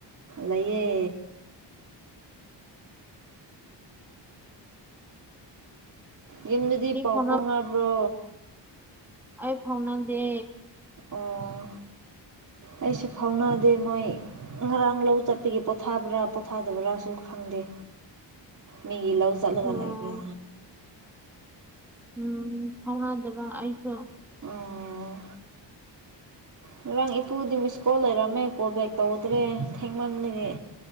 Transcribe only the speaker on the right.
ꯂꯩꯌꯦ ꯌꯨꯝꯗꯗꯤ
ꯄꯥꯎ
ꯐꯥꯎꯅꯕ꯭ꯔꯣ
ꯑꯣ ꯑꯩꯁꯨ ꯐꯥꯎꯅꯗꯦ ꯃꯣꯏ ꯉꯔꯥꯡ ꯂꯧ ꯆꯠꯄꯒꯤ ꯄꯣꯊꯥꯕ꯭ꯔꯥ ꯄꯣꯊꯥꯗꯕ꯭ꯔꯥꯁꯨ ꯈꯪꯗꯦ ꯃꯤꯒꯤ ꯂꯑꯣ ꯆꯠꯂꯒ
ꯂꯩꯕ
ꯑꯣ ꯉꯔꯥꯡ ꯏꯄꯨꯗꯤ ꯃꯤꯁ ꯀꯣꯜ ꯂꯩꯔꯝꯃꯦ ꯀꯣꯜ ꯕꯦꯛ ꯇꯧꯗ꯭ꯔꯦ ꯊꯦꯡꯃꯟꯗꯒꯤ